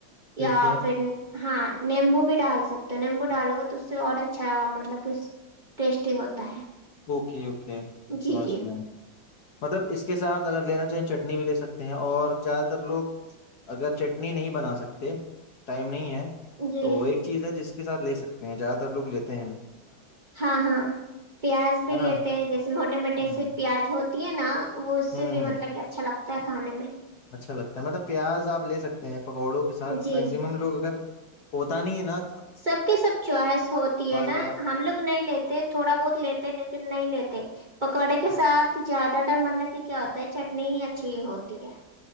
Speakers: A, on the left; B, on the right.
A: ٹھیک
B: یا
A: ہے
B: پھر ہاں نیمبو بھی ڈال سکتے ہو نیمبو ڈالو گے تو اس سے اور اچھا مطلب کہ ٹیسٹی ہوتا ہے
A: اوک اوکے
B: جی
A: سمجھ
B: جی
A: گے ہم مطلب اس کے ساتھ اگر لینا چاہیں چٹنی بھی لے سکتے ہیں اور زیادہ تر لوگ اگر چٹنی نہیں بنا سکتے ٹائم نہیں ہے
B: جی
A: تو وہ ایک چیز ہے جس کے سھ لے سکتے ہیں زیادہ تر لوگ لیتے ہیں ہم
B: ہاں ہاں پیاز بھی
A: ہے نا
B: لیتے ہیں جیسے موٹے موٹے
A: ہ
B: سے پیاز ہوتی ہے نا وہ اس
A: ہ
B: سے بھی
A: ہ
B: مطلب کہ اچھا لگتا ہے تا کھے میں
A: اچھا لگتا ہے مطلب پیاز آ لے سکتے ہیں پکوڑوں کے ساتھ
B: جی
A: میگزیمم لوگ اگر پتا نہیں نہا
B: سب کے سب چوائس ہوتی ہے نا
A: لیں آپ
B: ہم لوگ نہیں لیتے تھوڑا بہت لیتے لیکن نہیں لیتے پکوڑے کے ساتھ زیادہ تر مطلب کہ کیا ہوتا ہے چٹنی ہی اچھی ہوتی ہے